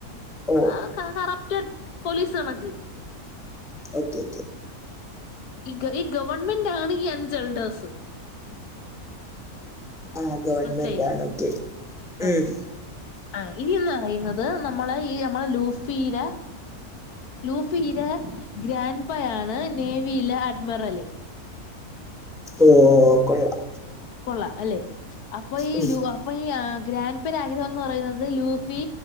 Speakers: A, in the centre; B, on the left.
A: ഓ
B: അ, ക റ്റ്‌, പോലീസ്, കണക്ക്.
A: Okay, okay.
B: ഈ, ഈ, ഗവൺമെന്റാണ്, ഈ, അൻചൾഡേഴ്സ്.
A: ആ ഗവൺമെന്റ്
B: മനസിലായില്ലേ,
A: ആണ് ഓക്കെ
B: ആ.
A: ഉം
B: ആ, ഇനിന്ന്, പറയുന്നത്, നമ്മളെ, ഈ, നമ്മളെ, ലൂഫീയില ലൂഫിയിലെ, ഗ്രാൻഡ്പ്പയാണ്, നേവിയിലെ, അഡ്മിറല്.
A: ഓ കൊള്ളാം
B: കൊള്ളാം, അല്ലെ, അപ്പൊ, ഈ,
A: ഉം.
B: ലു, അപ്പൊ, ഈ ഗ്രാൻഡ്പ്പരെ, ആഗ്രഹം, എന്ന്, പറയുന്നത്, ലൂഫി,